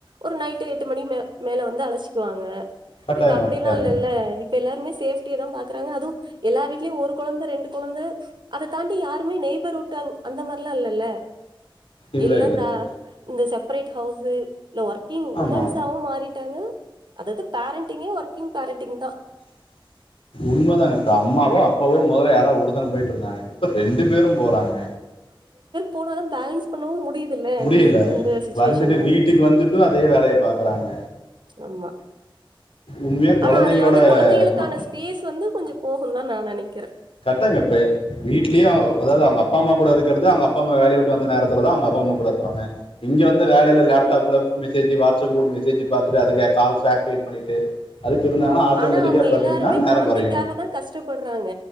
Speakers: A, on the right; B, on the left.
A: ஒரு நைட்டு எட்டு மணி மேல வந்து அழைச்சி க்குவாங்க
B: கட்டாயமா
A: இப்ப அப்படில்லாம்
B: கட்டாயமா
A: இல்லல்ல இப்ப எல்லாருமே சேஃப சேப்டி தான் பாக்குறாங்க அதுவும் எல்லா வீட்லயும் ஒரு கொழந்த ரெண்டு கொழந்த அதைாண்டி யாருமே நெய்பர்வுட் அந்த மாரில்லாம் இல்லல்ல
B: இல்லை
A: இல்லந்தா
B: இல்லை இல்லை
A: இந்தந்த ச சப்பரட் ஹவுஸ்சு இல்ல ஒர்க்கிங்
B: ஆமாம்
A: உமன்ஸாவும் மாறிட்டாங்க அதாவது பேரண்டிங்கே ஒர்க்கிங் பேரண்டிங் தான்
B: உண்மைதாங்க அம்மாவோ இப்போ முதல்ல யாராவ ஒருத்தங்க போயிட்டு இருந்தாங்க ரெண்டு பேரும் போறாங்க
A: போனதும் பேலன்ஸ் பண்ணவு முடியுதுல்ல
B: முடியல
A: இந்த இந்த சுச்சுவேஷன்ல
B: வந்துட்டு வீட்டுக்கு வந்துட்டும் அதே வேலையை பாக்குறாங்க
A: ஆமா
B: உண்மையா கொழந்தைங்களோட
A: ஆனா அதுல வந்து கொழந்தைகளுக்கான
B: ம
A: ஸ்பேஸ் வந்து கொஞ்சம் போகும் தான் நான் நினைக்கிறேன்
B: கட்டாயமாப்ப வீட்லய அதாவது அவங்க அப்பா அம்மா கூட இருக்கறது அவங்க அப்பாம்மா வேலைைய விட்டுந்த நேரத்துதான் அவங்க அப்பா அம்மா கூட இருப்பாங்க இங்க வந்து வேலயில லேப்டாப்ல மெசேஜ் வாட்ஸ்அப் குரூப் மெசேஜ் பார்த்தட்டு அதுக்க கால்ஸ் ஆக்டிவேட் பண்ணிட்டு அதுக்கு இருந்தாங்கன்னா ஆட்டோமேட்டிக்கா
A: ஆனா அவங்க
B: பாத்தீங்கன்னா
A: எல்லாருமே
B: நேரோ
A: குழந்தைக்காக
B: கொறையு
A: தான் கஷ்டப்படுறாங்க